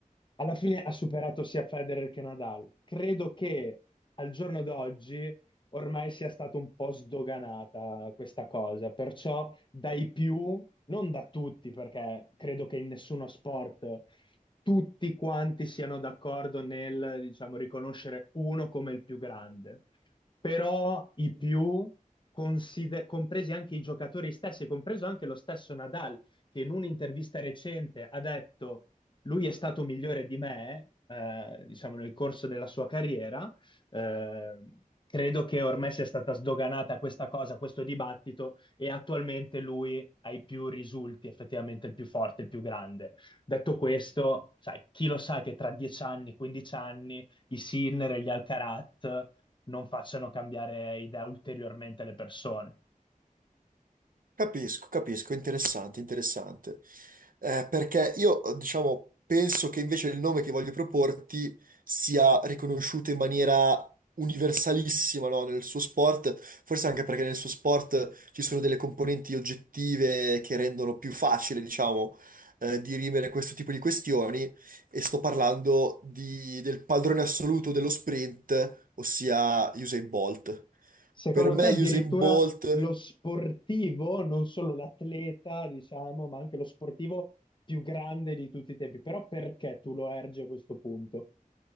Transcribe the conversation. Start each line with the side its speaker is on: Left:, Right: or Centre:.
Left: alla fine ha superato sia Federer che Nadal. Credo che al giorno d'oggi ormai sia stata un po' sdoganata questa cosa, perciò dai più, non da tutti, perché credo che in nessuno sport tutti quanti siano d'accordo nel, diciamo, riconoscere uno come il più grande, però i più, consider- compresi anche i giocatori stessi, compreso anche lo stesso Nadal, che in un'intervista recente ha detto lui è stato migliore di me, eh, diciamo, nel corso della sua carriera, eh, credo che ormai sia stata sdoganata questa cosa, questo dibattito, e attualmente lui ha i più risulti, effettivamente il più forte, il più grande. Detto questo, sai, chi lo sa che tra 10 anni, 15 anni, i Sinner e gli Alcaraz non facciano cambiare idea ulteriormente le persone.
Right: Capisco, capisco, interessante, interessante. Eh, perché io, diciamo, penso che invece il nome che voglio proporti sia riconosciuto in maniera universalissima, no, Nel suo sport, forse anche perché nel suo sport ci sono delle componenti oggettive che rendono più facile, diciamo, eh, dirimere questo tipo di questioni. E sto parlando di- del padrone assoluto dello sprint, ossia Usain Bolt.
Left: Secondo
Right: Per me
Left: te addirittura
Right: Usain Bolt
Left: lo sportivo, non solo l'atleta, diciamo, ma anche lo sportivo più grande di tutti i tempi. Però perché tu lo ergi a questo punto?